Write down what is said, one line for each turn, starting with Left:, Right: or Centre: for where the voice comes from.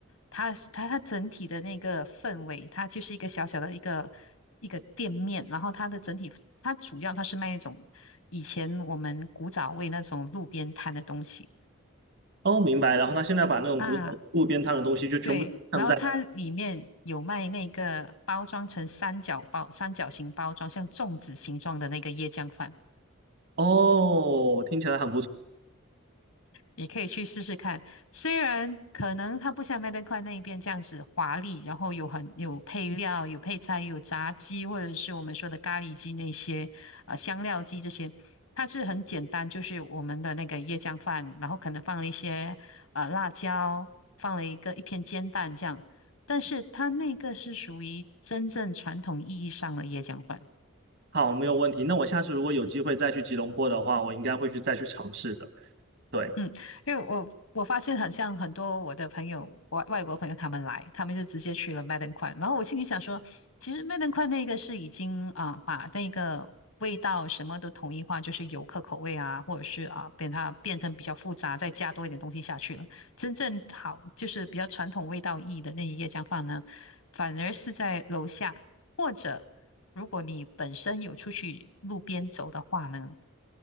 Left: 它它它整体的那个氛围，它就是一个小小的一个一个店面，然后它的整体，它主要它是卖那种以前我们古早味那种路边摊的东西。
Right: 哦，明白。然后他现在把那种古早路边摊的东西就全部放在，
Left: 啊，对，然后它里面有卖那个包装成三角包、三角形包装，像粽子形状的那个椰浆饭。
Right: 哦，听起来很不错。
Left: 你可以去试试看。虽然可能它不像麦当块那一边这样子华丽，然后有很有配料、有配菜、有炸鸡，或者是我们说的咖喱鸡那些啊、香料鸡这些，它是很简单，就是我们的那个椰浆饭，然后可能放了一些啊辣椒，放了一个一片煎蛋这样。但是它那个是属于真正传统意义上的椰浆饭。
Right: 好，没有问题。那我下次如果有机会再去吉隆坡的话，我应该会去再去尝试的。对，
Left: 嗯，因为我我发现很像很多我的朋友，外外国朋友他们来，他们就直接去了麦登宽，然后我心里想说，其实麦登宽那个是已经啊把那个味道什么都统一化，就是游客口味啊，或者是啊变它变成比较复杂，再加多一点东西下去了。真正好就是比较传统味道意的那一夜姜饭呢，反而是在楼下，或者如果你本身有出去路边走的话呢。